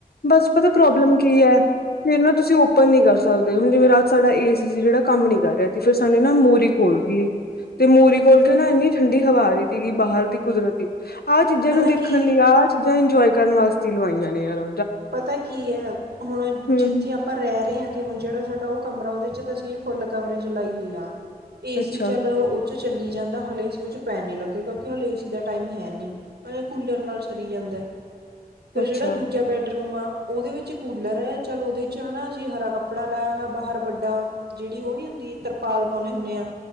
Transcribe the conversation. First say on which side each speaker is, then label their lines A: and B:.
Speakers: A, on the left (about 75°); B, on the right (about 85°).
A: ਬਸ ਪਤਾ ਪ੍ਰੋਬਲਮ ਕੀ ਹੈ, ਫੇਰ ਨਾ ਤੁਸੀਂ ਔਪਨ ਨੀ ਕਰ ਸਕਦੇ ਹੁਣ ਜਿਵੇਂ ਰਾ ਸਾਡਾ ਏ ਸੀ ਸੀ, ਜਿਹੜਾ ਕੰਮ ਨੀ ਕਰ ਰਿਹਾ ਫਿਰ ਸਾਨੂੰ ਨਾ ਮੂਹਰੀ ਖੋਲ ਤੀ, ਤੇ ਮੂਹਰੀ ਖੋਲ ਕੇ ਨਾ ਇੰਨੀ ਠੰਡੀ ਹਵਾ ਆ ਰਹੀ। ਸਿਗੀ ਬਾਹਰ ਦੀ ਕੁਦਰਤੀ। ਆਹ ਚੀਜ਼ਾਂ
B: ਪਤਾ
A: ਨੂੰ ਦੇਖਣ
B: ਕੀ ਹੈ
A: ਲਈ, ਆਹ ਚੀਜ਼ਾਂ ਇੰਜੋਏ ਕਰਨ ਵਾਸਤੇ ਹੀ ਲਵਾਈਆਂ ਨੇ, ਯਾਰਾ
B: ਪਤਾ ਕੀ ਹੈ ਹੁਣ
A: ਹਮ
B: ਜਿੱਥੇ ਆਪਾਂ ਰਹਿ ਰਹੇ ਹਾਂ ਤੇ ਹੁਣ ਜਿਹੜਾ ਸਾਡਾ ਤੇ ਔ ਕਮਰਾ, ਉਹਦੇ ਚ ਸੀਂ ਫੁੱਲ ਕਵ ਜਲਾਈ ਹੋਈ ਆ। ਏ
A: ਅੱਛਾ
B: ਸੀ ਚੱਲੋ ਚ ਚੱਲੀ ਜਾਂਦਾ ਹਲੇ ਉਸ ਵਿੱਚ ਚ ਪੈਣ ਨੀ ਲੱਗੇਗਾ, ਕਿਓਂ ਹਲੇੇ ਏ ਸੀ ਦਾ ਟਾਈਮ ਹੈ ਨੀ, ਪਰ ਐ ਕੂਲਰ ਨਾਲ ਸਰੀ ਜਾਂਦਾਂ ਐ। ਫੇਰ
A: ਅੱਛਾ
B: ਜੇੜਾ ਦੂਜਾ ਬੈੱਡ ਰੂਮ ਆ ਔਦੇ ਵਿਚ ਕੂਲਰ ਐ, ਚੱਲ ਔਦੇ ਚ ਹੈਨਾ ਅਜੀ ਹਰਾ ਕੱਪੜਾ ਲਾਇਆ ਹੋਯੈ, ਬਾਹਰ ਵੱਡਾ ਜੇੜੀ ਔ ਨੀ ਹੁੰਦੀ ਤਰਪਾਲ ਪੋਣੇ ਹੁੰਣੇ ਆ।